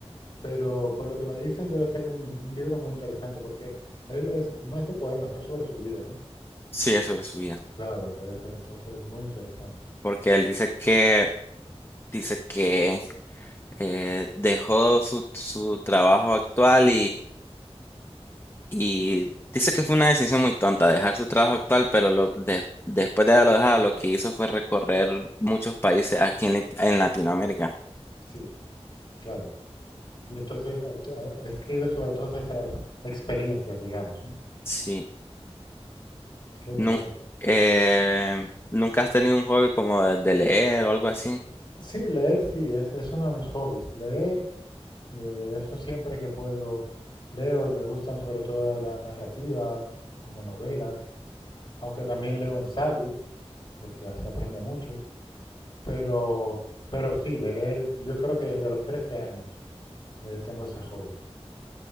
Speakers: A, on the left; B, on the left.
A: pero por lo que me dices debe ser un, un libro muy interesante, porque es, es- no es de poemas, es sobre su vida, ¿no?
B: sí, es sobre su vida.
A: Claro, debe ser entonces muy interesante.
B: Porque él dice que, dice que eh, dejó su, su trabajo actual Y dice que fue una decisión muy tonta dejar su trabajo actual, pero lo, de- después de haberlo dejado, lo que hizo fue recorrer muchos países aquí en, Lit- en Latinoamérica.
A: Sí, claro. Y entonces a- a- escribe sobre todas esas experiencias, digamos, ¿no?
B: Sí.
A: Qué guay.
B: Nunca, eh, ¿nunca has tenido un hobby como de, de leer o algo así?
A: Sí, leer sí, es, es uno de mis hobbies. Leer, eh, eso siempre que puedo leo y me gustan sobre todo la narrativa, como novelas, aunque también leo ensayo, porque se aprende mucho, pero, pero sí, leer, yo creo que desde los 13 años eh, tengo ese hobby.